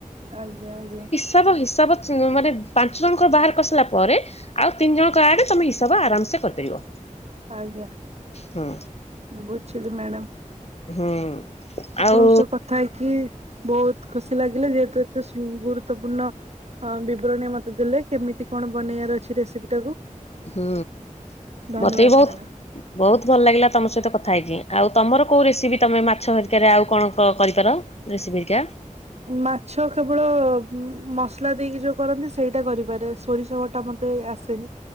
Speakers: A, on the right (about 50°); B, on the left (about 50°).
A: ଆଜ୍ଞା, ଆଜ୍ଞା।
B: ତାପରେ, ହିସାବ <unintelligible> ମାନେ ପାଞ୍ଚ ଜଣଙ୍କର ବାହାର କରିସାରିଲା ପରେ ଆଉ ତିନି ଜଣ ଆଡ଼େ ତମେ ହିସାବ ଆରାମ ସେ କରିପାରିବ।
A: ଆଜ୍ଞା,
B: ହୁଁ
A: ବୁଝିଲି ମ୍ୟାଡ଼ାମ।
B: ହୁଁ।
A: ଆପଣଙ୍କ
B: ଆଉ
A: ସହ କଥା ହେଇକି ବହୁତ ଖୁସି ଲାଗିଲା। ଯେହେତୁ ଏତେ ଶୁ ଗୁରୁତ୍ୱପୂର୍ଣ୍ଣ ହଁ, ବିବରଣୀ ମତେ ଦେଲେ କେମିତି କଣ ବନେଇବାର ଅଛି ରେସିପି ଟାକୁ।
B: ହୁଁ,
A: ଧନ୍ୟବାଦ
B: ମତେ ବି ବହୁତ
A: ମ୍ୟାଡାମ।
B: ବହୁତ ଭଲ ଲାଗିଲା ତମ ସହିତ କଥା ହେଇକି। ଆଉ ତମର କୋଉ ରେସିପି ତମେ ମାଛ ହେରିକାରେ ଆଉ କଣ କରିପାର? ରେସିପି ହେରିକା।
A: ମାଛ କେବଳ ମସଲା ଦେଇକି ଯୋଉ କରନ୍ତି ସେଇଟା କରିପାରେ। ସୋରିଷ ବ ଟା ମତେ ଆସେନି।